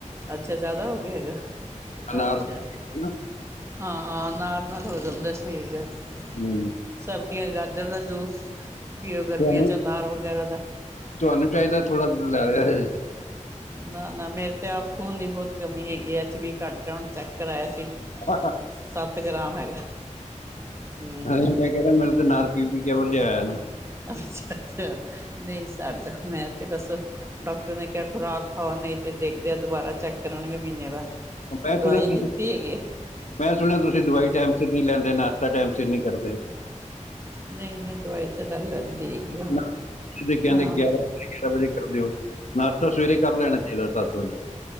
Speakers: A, on the right (about 20°); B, on the left (about 65°).
A: ਅੱਛਾ ਜਿਆਦਾ ਹੋਗ ਹੈਗਾ,
B: ਅਨਾਰ
A: ਅੱਛਾ
B: ਹੂੰ
A: ਹਾਂ ਨਾਲ ਨਾਲ ਹੋ ਜਾਂਦਾ, ਸਹੀ ਗੱਲ
B: ਹੂੰ।
A: ਸਰਦੀਆਂ ਚ ਗਾਜਰ ਦਾ ਜੂਸ ਪੀਓ, ਗਰਮੀਆਂ
B: ਤੁਹਾਨੂੰ
A: ਚ ਅਨਾਰ ਵਗੈਰਾ ਦਾ।
B: ਤੁਹਾਨੂੰ ਚਾਹੀਦਾ ਥੋੜ੍ਹਾ ਲੈ ਲਿਆ ਇਹ
A: ਨਾ-ਨਾ ਮੇਰੇ ਤੇ ਆਪ ਖੂਨ ਦੀ ਬਹੁਤ ਕਮੀ ਹੈਗੀ ਐ, ਐਚ ਬੀ ਘੱਟ ਹੁਣ ਚੈੱਕ ਕਰਾਇਆ ਸੀ।
B: <inaudible>
A: ਸੱਤ ਗ੍ਰਾਮ ਹੈਗਾ। ਹੂੰ
B: ਮੈਂ ਕਹਿਣਾ ਮੇਰੇ ਤੇ ਨਾਰ ਪੀ-ਪੀ ਕੇ ਵਧੀਆ ਹੋਇਆ ਨਾ।
A: ਅੱਛਾ-ਅੱਛਾ, ਨਹੀਂ ਸਾਡਾ ਮੈਂ ਤੇ ਬਸ ਡਾਕਟਰ ਨੇ ਕਿਹਾ ਖੁਰਾਕ ਖਾਓ, ਨਈ ਤੇ ਦੇਖਦੇ ਆਂ ਦੁਬਾਰਾ ਚੈੱਕ ਕਰਨਗੇ ਮਹੀਨੇ ਬਾਅਦ।
B: ਮੈਂ
A: ਦਵਾਈ
B: ਸੁਣਿਆ ਤੁਸੀਂ
A: ਦਿੱਤੀ ਹੈਗੀ ਏ।
B: ਮੈਂ ਸੁਣਿਆ ਤੁਸੀਂ ਦਵਾਈ ਟੈਮ ਸਿਰ ਨੀ ਲੈਂਦੇ, ਨਾਸ਼ਤਾ ਟੈਮ ਸਿਰ ਨਹੀਂ ਕਰਦੇ।
A: ਨਹੀਂ ਨਹੀਂ ਦਵਾਈ ਤਾਂ ਲੈ ਲੈਂਦੀ ਹੈਗੀ। ਆ ਮੈਂ
B: ਨਾ ਕਿਹਦੇ ਕਹਿੰਦੇ
A: ਹਾਂ
B: ਗਿਆਰਾਂ ਨਹੀਂ ਗਿਆਰਾਂ ਵਜੇ ਕਰਦੇ ਓ, ਨਾਸ਼ਤਾ ਸਵੇਰੇ ਕਰ ਲੈਣਾ ਚਾਹੀਦਾ ਸੱਤ ਵਜੇ।